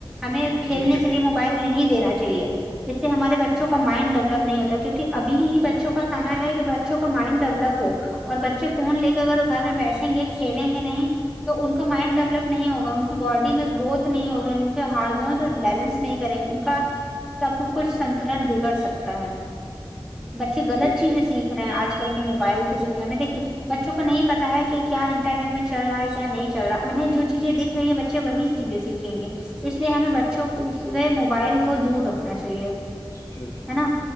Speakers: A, in the centre; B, on the left.
A: ہمیں کھیلنے
B: بے شک
A: کے
B: بے
A: لیے موبائل
B: شک
A: نہیں دا چاہیے چاہیے <inaudible> اس سے ہمارے بچوں کا مائنڈ ڈیولپ نہیں ہوتا کیوںک ابھی ہی بچوں کام ہے کہ بچوں کا مائنڈ ڈیولپ ہو اور بچے فون لے کے اگر گھر میں بیٹھیں گے کھیلیں گے نہیں تو ان کا مائنڈ ڈب ڈب نہیں ہوگا ان کی باڈی میں گروت نہیں ہوگی ان کے ہارمونس بیلنس نہیں کریں گے ان کا سب کچھ سنتلن بگڑ سکتا ہے بچے غلط
B: بے
A: چیزیں سیکھ ہیں آج کل کے موبائل کی دنیا میں دیکھیے بچوں کو نہیں پتا ہے کہ کیا انٹرنیٹ میں چل رہا ہے کیا نہیں چل رہا انہیں جو چیزیں دیکھ رہی ہیں بچے وہی چیزیں سیکھیں گے تو اس لیے ہمیں بچوں کوے موبائل کو دور رکھنا چاہیے ہے
B: شک، بالکل
A: نا